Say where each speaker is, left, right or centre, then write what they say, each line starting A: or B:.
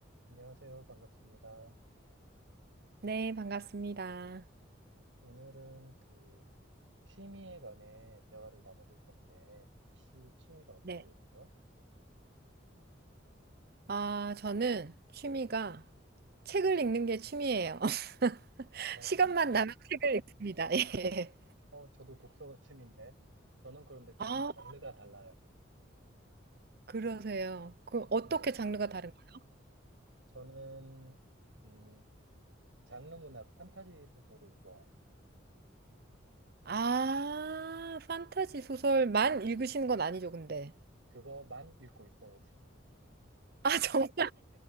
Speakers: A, on the right; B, on the right.
A: 안녕하세요. 반갑습니다.
B: 네, 반갑습니다.
A: 오늘은 그 취미에 관해 대화를 나눠볼 건데, 혹시 취미가 어떻게
B: 네.
A: 되세요?
B: 아, 저는 취미가 책을 읽는 게 취미예요. <laughs>
A: 어,
B: 시간만
A: 진짜요?
B: 나면 책을 읽습니다. <laughs> 예.
A: 어, 저도 독서가 취미인데, 저는 그런데 조금
B: 아,
A: 장르가 달라요.
B: 그러세요. 그 어떻게
A: 네.
B: 장르가 다른가요?
A: 저는, 음, 장르 문학 판타지 소설을 좋아해요.
B: 아, 판타지 소설만 읽으시는 건 아니죠, 근데.
A: 그거만 읽고 있어요, 지금은.
B: 아, <laughs> 정말.